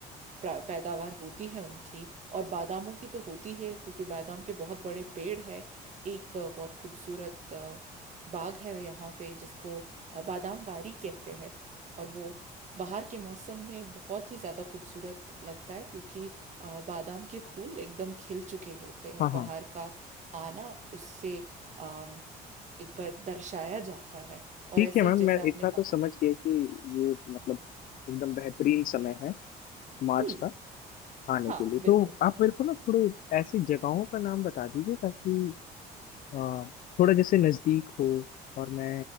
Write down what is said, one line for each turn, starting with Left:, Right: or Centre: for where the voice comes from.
Right: प्रा- पैदावार होती है उनकी और बादामों की तो होती है क्योंकि बादाम के बहुत बड़े पेड़ है एक अ, बहुत खूबसूरत अ, बाग है यहाँ पे जिसको अ, बादाम वारी कहते हैं और वो बाहर के मौसम में बहुत ही ज़्यादा खूबसूरत लगता है क्योंकि अ, बादाम के फूल एकदम खिल चुके होते हैं
Left: हाँ
Right: बाहर
Left: हाँ
Right: का आना उससे अम, एक बार दर्शाया जाता है और
Left: ठीक
Right: ऐसे
Left: है मैम
Right: ही जैसे
Left: मैं
Right: आपने
Left: इतना तो
Right: कहा
Left: समझ गया कि ये मतलब एकदम बेहतरीन समय है मार्च
Right: हम्म
Left: का खाने
Right: हाँ
Left: के लिए
Right: बिल्कुल
Left: तो आप मेरे को ना थोड़े ऐसी जगहों का नाम बता दीजिए ताकि अ, थोड़ा जैसे नजदीक हो और मैं